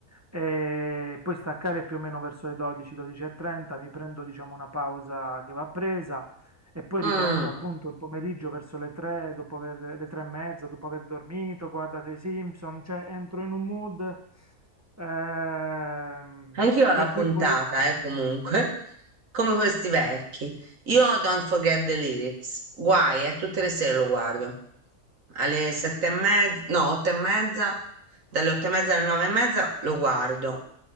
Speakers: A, on the right (about 15°); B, on the right (about 65°).
A: e poi staccare più o meno verso le 12, 12.30, mi prendo, diciamo, una pausa che va presa e poi
B: Mm.
A: riprendo appunto il pomeriggio verso le 3, dopo aver, le 3 e mezza, dopo aver dormito, guardato i Simpson, cioè entro in un mood... Ehm,
B: Anch'io ho la
A: per
B: puntata,
A: cui poi...
B: eh, comunque, come questi vecchi. Io ho Don't Forget the Lyrics, guai, eh, tutte le sere lo guardo. Alle sette e mezza, no, otto e mezza, dalle otto e mezza alle nove e mezza lo guardo,